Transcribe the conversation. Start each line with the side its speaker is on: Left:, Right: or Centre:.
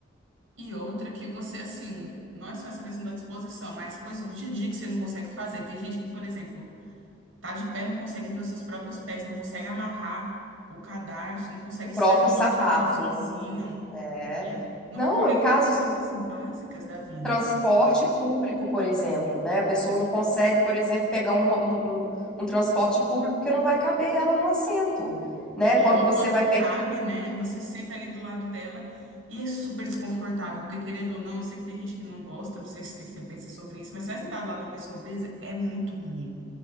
Right: E outra que você, assim, não é só essa questão da disposição, mas coisas do dia a dia que você não consegue fazer. Tem gente que, por exemplo, tá de pé, não consegue ver os seus próprios pés, não consegue amarrar o cadarço, não consegue
Centre: O próprio
Right: sair de
Centre: sapato.
Right: uma piscina sozinho,
Centre: É.
Right: né? Não
Centre: Não,
Right: consegue
Centre: em casos
Right: fazer coisas
Centre: de
Right: básicas da vida.
Centre: transporte público, por exemplo, né? A pessoa não consegue, por exemplo, pegar um, um, um- um transporte público porque não vai caber ela no assento, né?
Right: É,
Centre: Quando
Right: ou
Centre: você
Right: quando
Centre: vai pen-
Right: cabe, né? Você senta ali do lado dela e é super desconfortável, porque querendo ou não, eu sei que tem gente que não gosta, não sei se o que que você pensa sobre isso, mas você vai sentar do lado de uma pessoa obesa, é muito ruim.